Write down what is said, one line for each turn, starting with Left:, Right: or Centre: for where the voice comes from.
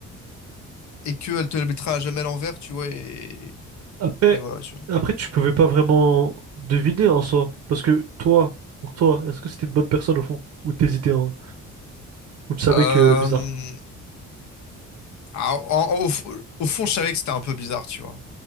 Left: et qu'elle te la mettra à jamais à l'envers, tu vois, et,
Right: Après,
Left: et voilà, tu vois.
Right: après, tu pouvais pas vraiment deviner en soi. Parce que toi, pour toi, est-ce que c'était une bonne personne au fond? Ou t'hésitais, hein Ou tu savais
Left: Euh,
Right: que bizarre.
Left: ah, en- en- au, f- au fond, je savais que c'était un peu bizarre, tu vois.